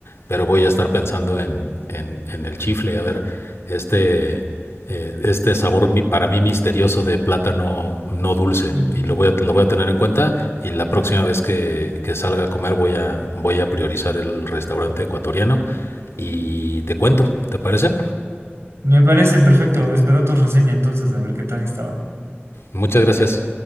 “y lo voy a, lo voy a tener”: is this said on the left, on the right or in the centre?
Left